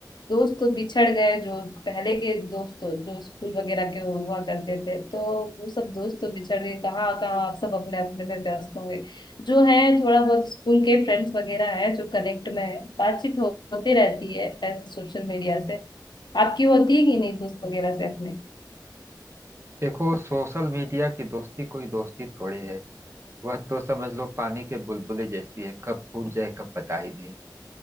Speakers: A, on the left; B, on the right.
A: दोस्त तो बिछड़ गए जो पहले के दोस्त तो- जो स्कूल वगैरह के हुआ करते थे तो वो सब दोस्त तो बिछड़ गए कहाँ कहाँ आप सब अपने अपने में व्यस्त होंगे जो है थोड़ा बहुत स्कूल के फ्रेंड्स वगैरह है जो कनेक्ट में है बातचीत हो, होती रहती है ऐसे सोशल मीडिया से आपकी होती है कि नहीं दोस्त वगैरह से अपने
B: देखो सोशल मीडिया की दोस्ती कोई दोस्ती थोड़ी है वह तो समझ लो पानी के बुलबुले जैसी है कब फूट जाए कब पता ही नहीं